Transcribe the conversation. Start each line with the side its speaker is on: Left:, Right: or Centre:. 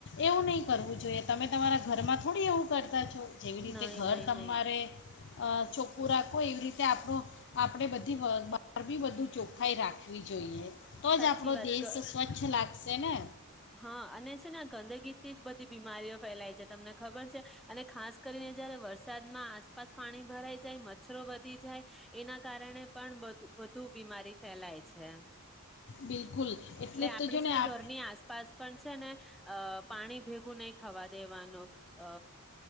Left: એવું નહીં કરવું જોઈએ તમે તમારા ઘરમાં થોડી એવું કર કર છો જેવી રીતે
Centre: નહી
Left: ઘર
Centre: નહી
Left: તમારે
Centre: નહી
Left: અ ચોખ્ખું રાખો એવી રીતે આપણો આપણે બધી બ બહાર બી બધું ચોખ્ખાઈ રાખવી જોઈએ. તો
Centre: સાચી
Left: જ આપડો
Centre: વાત
Left: દેશ
Centre: ગ
Left: સ્વચ્છ લાગ સેને?
Centre: હા અને છેને ગંદગીથી જ બધી બીમારીઓ ફેલાય છે. તમને ખબર છે અને ખાસ કરીને જયારે વરસાદમાં આસપાસ પાણી ભરાઈ જાય મચ્છરો વધી જાય એના કારણે પણ બધુ વધુ બીમારી ફેલાય છે.
Left: બિલકુલ એટલે
Centre: આપણે
Left: તો જો ને
Centre: છે
Left: આ
Centre: ઘરની આસપાસ પણ છેને અ પાણી ભેગું નહી થવા દેવાનું અ